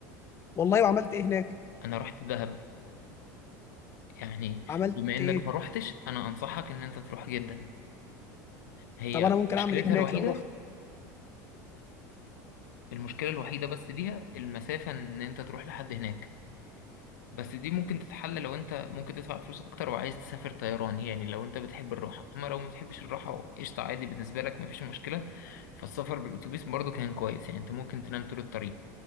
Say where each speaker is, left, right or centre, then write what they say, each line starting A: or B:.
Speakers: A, on the left; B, on the left.
A: والله وعملت ايه هناك
B: انا رحت دهب يعني
A: عملت
B: بما انك
A: ايه
B: ما رحتش انا انصحك ان انت تروح جدا هي
A: طب انا ممكن
B: مشكلتها
A: اعمل ايه هناك
B: الوحيدة
A: لو رحت
B: المشكلة الوحيدة بس ليها المسافة ان انت تروح لحد هناك بس دي ممكن تتحل لو انت ممكن تدفع فلوس اكتر وعايز تسافر طيران يعني لو انت بتحب الراحه اما لو ما بتحبش الراحه قشطه عادي بالنسبه لك مفيش مشكله فالسفر بالاتوبيس برضو كان كويس يعني انت ممكن تنام طول الطريق